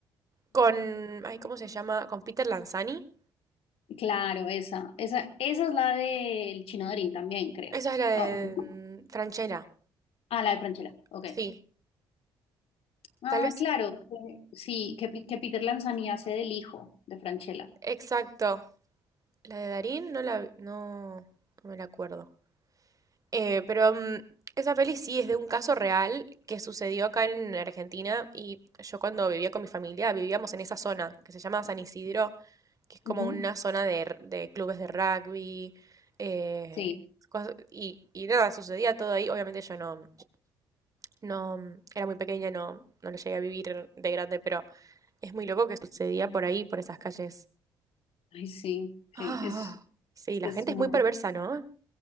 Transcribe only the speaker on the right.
Con. Ay, ¿cómo se llama? Con Peter Lanzani.
Esa es la de
mm, Franchella.
Sí.
Tal vez.
Exacto. La de Darín no la. vi- No. No me la acuerdo. Eh, pero mm, esa peli sí es de un caso real que sucedió acá en Argentina y yo cuando vivía con mi familia vivíamos en esa zona que se llama San Isidro, que es como
una zona de, r- de clubes de rugby eh,
cos- y, y nada, sucedía todo ahí. Obviamente yo no, no mm, era muy pequeña, no, no lo llegué a vivir de grande, pero es muy loco que sucedía por ahí, por esas calles.
Ah,
sí, la
gente
es muy perversa, ¿no? <laughs>